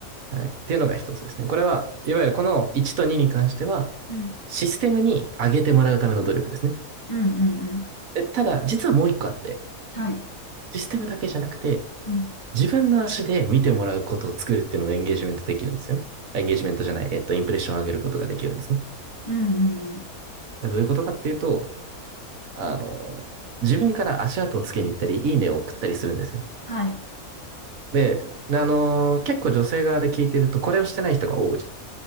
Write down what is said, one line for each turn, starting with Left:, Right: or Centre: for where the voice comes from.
Right: はい。っていうのが一つですね。これは、いわゆるこの1と2に関しては、
Left: うん。
Right: システムに上げてもらうための努力ですね。
Left: うんうんうん。
Right: えただ、実はもう一個あって、
Left: はい。
Right: システムだけじゃなくて、
Left: うん。
Right: 自分の足で見てもらうことを作るっていうのもエンゲージメントできるんですよね。エンゲージメントじゃない、えっと、インプレッションを上げることができるんですね。
Left: うんうんうん。
Right: どういうことかっていうと、あの、自分から足跡をつけに行ったり、いいねを送ったりするんですよ。
Left: はい。
Right: で、あの、結構女性側で聞いてると、これをしてない人が多い。